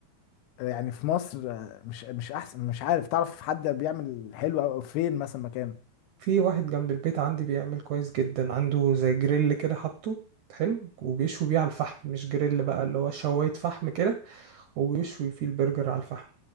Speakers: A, on the left; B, on the right.
A: آه، يعني في مصر آه، مش مش احسن مش عارف تعرف حد بيعمل حلو او أو فين مثلا مكان
B: في واحد جنب البيت عندي بيعمل كويس جدا عنده زي جريل كده حاطه حلو وبيشوي بيه على الفحم مش جريل بقى اللي هو شواية فحم كده وبيشوي فيه البرجر على الفحم